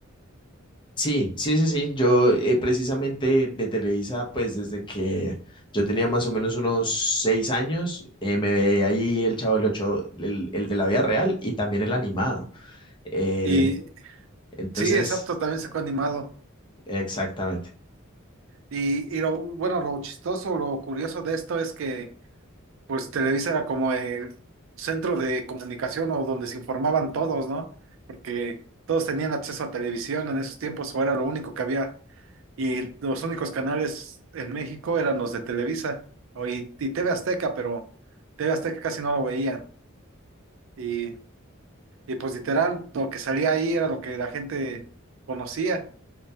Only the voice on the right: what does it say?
Y
sí, exacto, también sacó animado.
Y, y lo bueno, lo chistoso, lo curioso de esto es que, pues, Televisa era como el centro de comunicación o donde se informaban todos, ¿no? Porque todos tenían acceso a televisión en esos tiempos, o era lo único que había. Y los únicos canales en México eran los de Televisa o y, y TV Azteca, pero TV Azteca casi no lo veían. Y, y pues literal, lo que salía ahí era lo que la gente conocía.